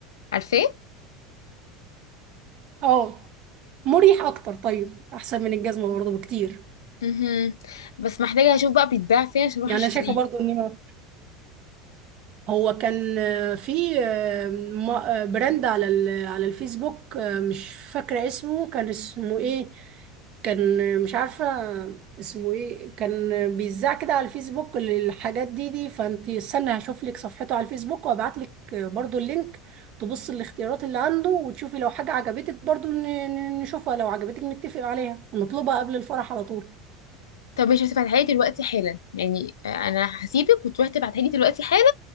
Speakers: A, on the left (about 80°); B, on the right (about 50°).
A: عارفاه
B: اه مريح اكتر طيب احسن من الجزمه برضه بكتير
A: مهم. بس محتاجه اشوف بقى بيتباع فين عشان اروح
B: يعني
A: اشتريه
B: انا شايفه برضه ان هو هو كان آه، في آه، م- آه، براند على ال- على الفيسبوك آه، مش فاكره اسمه كان اسمه ايه كان آه، مش عارفه اسمه ايه كان آه، بيذاع كده على الفيسبوك للحاجات دي دي فانت استنى هشوف لك صفحته على الفيسبوك وابعت لك برضه اللينك تبص الاختيارات اللي عنده وتشوفي لو حاجه عجبتك برضه ن- ن- نشوفها لو عجبتك نتفق عليها ونطلبها قبل الفرح على طول
A: طب مش هتبعتها لي دلوقتي حالا يعني آه، انا هسيبك وتروحي تبعتها لي دلوقتي حالا